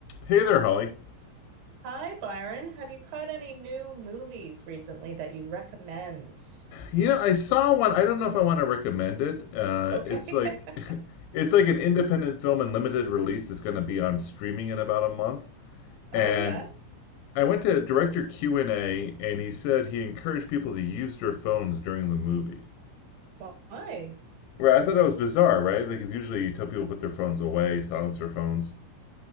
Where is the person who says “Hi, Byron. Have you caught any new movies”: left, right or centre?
Right